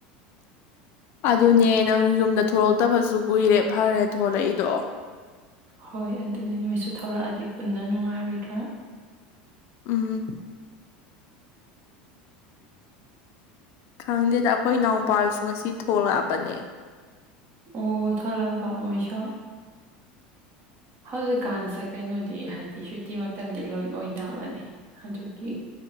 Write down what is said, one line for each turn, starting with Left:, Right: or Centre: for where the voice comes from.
Left: ꯑꯗꯨꯅꯦ ꯅꯪ ꯌꯨꯝꯗ ꯊꯣꯛꯂꯛꯇꯕꯁꯨ ꯀꯨꯏꯔꯦ ꯐꯔꯦ ꯊꯣꯂꯛꯏꯗꯣ꯫
Right: ꯍꯣꯏ ꯑꯗꯨꯅꯤ ꯅꯣꯏꯁꯨ ꯊꯂꯛꯑꯗꯤ ꯄꯨꯟꯅ ꯅꯨꯡꯉꯥꯏꯔꯣꯏꯗ꯭ꯔꯥ꯫
Left: ꯎꯝ꯫ ꯈꯪꯗꯦꯗ ꯑꯩꯈꯣꯏ ꯏꯅꯥꯎꯄꯥ ꯍꯣꯏꯁꯨ ꯉꯁꯤ ꯊꯣꯛꯂꯛꯑꯕꯅꯦ꯫
Right: ꯑꯣ ꯊꯣꯛꯂꯛꯑꯕ ꯃꯣꯏꯁꯨ꯫ ꯍꯧꯖꯤꯛꯀꯥꯟꯁꯦ ꯀꯩꯅꯣꯗꯤ ꯍꯥꯏꯗꯤ ꯁꯨꯇꯤ ꯃꯇꯝꯗꯤ ꯂꯣꯏ ꯑꯣꯏꯅꯕꯅꯦ꯫ ꯑꯗꯨꯒꯤ